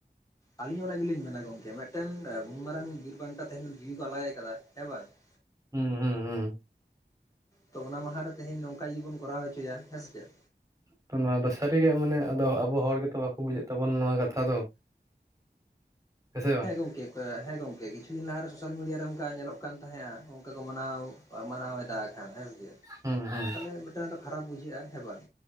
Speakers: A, on the left (about 20°); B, on the right (about 20°).
A: ᱟᱞᱤᱧ ᱚᱱᱟ ᱜᱮᱞᱤᱧ ᱢᱮᱱᱟ ᱜᱚᱝᱠᱮ ᱢᱤᱫᱴᱮᱱ ᱩᱱ ᱢᱟᱨᱟᱝ ᱵᱤᱨ ᱵᱟᱱᱴᱟ ᱛᱮᱦᱮᱧ ᱡᱤᱣᱤ ᱠᱚ ᱟᱞᱟᱭ ᱟᱠᱟᱫᱟ ᱦᱮᱸ ᱵᱟᱝ <inaudible>
B: ᱦᱩᱸ ᱦᱩᱸ ᱦᱩᱸ
A: ᱛᱚ ᱚᱱᱟ ᱢᱟᱦᱟ ᱨᱮ ᱛᱮᱦᱤᱧ ᱱᱚᱝᱠᱟ ᱡᱚᱫᱤ ᱵᱚᱱ ᱠᱚᱨᱟᱣ ᱦᱚᱪᱚᱭᱟ ᱦᱮᱸ ᱥᱮ ᱪᱮᱫ
B: ᱛᱚ ᱱᱚᱣᱟ ᱫᱚ ᱥᱟᱹᱨᱤᱜᱮ ᱢᱟᱱᱮ ᱟᱫᱚ ᱟᱵᱚ ᱦᱚᱲ ᱜᱮᱛᱚ ᱵᱟᱠᱚ ᱵᱩᱡᱷᱟᱹᱜ ᱛᱟᱵᱚᱱ ᱱᱚᱣᱟ ᱠᱟᱛᱷᱟ ᱫᱚ ᱦᱮᱸ ᱥᱮ ᱵᱟᱝ?
A: ᱮ ᱜᱚᱝᱠᱮ ᱦᱮᱸ ᱜᱚᱝᱠᱮ ᱠᱤᱪᱷᱩ ᱫᱤᱱ ᱞᱟᱦᱟᱨᱮ ᱥᱳᱥᱟᱞ ᱢᱤᱰᱤᱭᱟ ᱨᱮ ᱚᱱᱠᱟ ᱧᱮᱞᱚᱜ ᱠᱟᱱ ᱛᱟᱦᱮᱸᱜᱼᱟ ᱚᱱᱠᱟ ᱠᱚ ᱢᱟᱱᱟᱣ ᱢᱟᱱᱟᱣ ᱮᱫᱟ ᱦᱮᱸᱥᱮ ᱜᱮ
B: ᱦᱩᱸ ᱦᱩᱸ
A: ᱛᱟᱦᱚᱞᱮ ᱢᱤᱫᱴᱟᱝ ᱫᱚ ᱠᱷᱟᱨᱟᱯ ᱵᱩᱡᱷᱟᱹᱜᱼᱟ ᱦᱮᱸ ᱵᱟᱝ